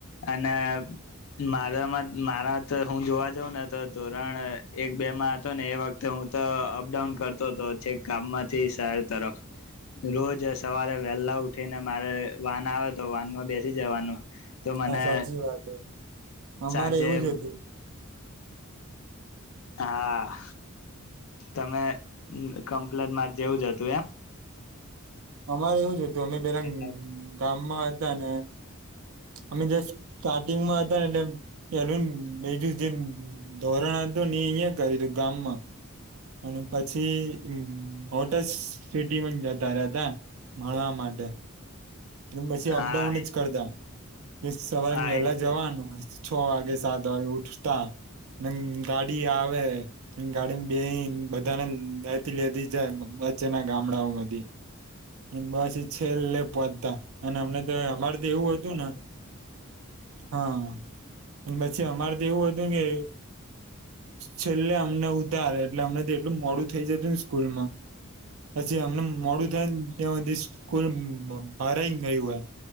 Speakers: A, on the left (about 75°); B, on the right (about 80°).
A: અને મારામાં મારા ત હું જોવા જઉં ને તો ધોરણ અ એક બે માં અતો ને એ વખતે હું તો અપડાઉન કરતો તો છેક ગામમાંથી શેહર તરફ રોજ સવારે વેલ્લા ઉઠીને મારે વાન આવે તો વાનમાં બેસી જવાનું તો મને
B: હા સાચી વાત હે અમારે
A: સાંજે
B: એવું જ અતું
A: આહ તમે કમ્પ્લેન માર જેવું જ અતુ એમ
B: અમારે એવું જ અ તો અમે પેલા
A: એમ
B: કામમાં હતા ને અમે સ્ટાર્ટિંગમાં હતા ને એટલે પેલું બીજું જે ધોરણ હતું ને એ અહયા કરું ગામમાં અને પછી હોટ સિટી જતા રહ્યા હતા મારા માટે પછી
A: હા
B: અપડાઉન જ કરતા એ સવારે
A: હા
B: વેલા
A: એટલે
B: જવાનું છ વાગે સાત વાગે ઉઠતા અને ગાડી આવે ગાડી બેહિં બધાને લતી લેતી જાય વચ્ચેના ગામડાઓમાંથી બસ છેલ્ે પહોચતા અનેમ અમારે તો એવું હત બજું ના હા અને પછી અમારે તો એવું હતુંને કે છેલ્લે અમને ઉતારે એટલે અમને તો એટલું મોડું થઈ જતું ને સ્કૂલમાં પછી અમને મોડું થાયને ત્યાં બધી સ્કૂલ ભરાઈ ગયું હોય